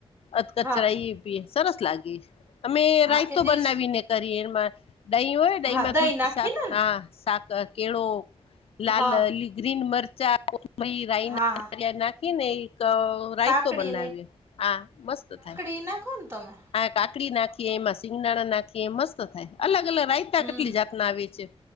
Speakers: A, on the left (about 75°); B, on the right (about 25°).
A: અધ કચરા
B: હા
A: એ સરસ લાગી અમે
B: હા
A: રાયતો
B: એટલે
A: બનાવીને
B: જ
A: કરીએ એમાં દહીં હોય દહીં
B: હા
A: માં થોડી
B: નાખીને
A: સા હા
B: ને
A: સાક કેળો લાલ
B: હા
A: ગ્રીન મરચા રી રઈ
B: હા
A: નાિયાદ નાખી ને એક રાયતો
B: કાકડી
A: બનાવીએ આા મસ્ત થાય.
B: પનાખ તમે.
A: આ કાકડી નાખીએ એમાં સિંગદાણા નાખીએ મસ્ત થાય અલગ અલગ રાયતા
B: હમ
A: કેટલી જાતના આવે છે.